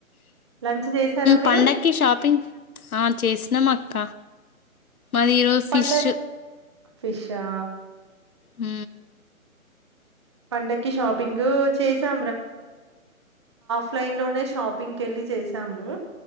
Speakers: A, on the right (about 20°); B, on the left (about 80°).
A: లంచ్ చేసారా మీరు
B: పండకి షాపింగ్ ఆ చేసినాం అక్క మాదిరోజ ఫిష్ు
A: పండగ ఫిషా
B: హ
A: పండక్ షాపింగ్ చేా మేలై షంగ్ వె చేాము